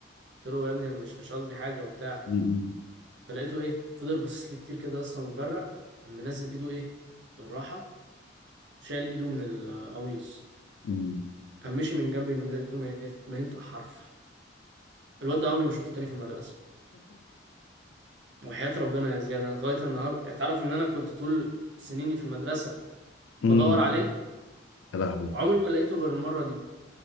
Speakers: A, on the right; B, on the left.
A: قلت له يا ابني أنا مش مش قصدي حاجة وبتاع
B: امم
A: فلقيته إيه فضل باصص لي كتير كده أصلا مبرق قام منزل إيده إيه بالراحة شال إيده من القميص
B: امم
A: قام مشي من جنبي من غير ما يف- ما ينطق حرف الواد ده عمري ما شفته تاني في المدرسة وحياة ربنا يا زياد أنا لغاية النهاردة يعني تعرف إن أنا كنت طول سنيني في المدرسة بدور
B: امم
A: عليه
B: <laughs> يا لهوي
A: عمري ما لقيته غير المرة دي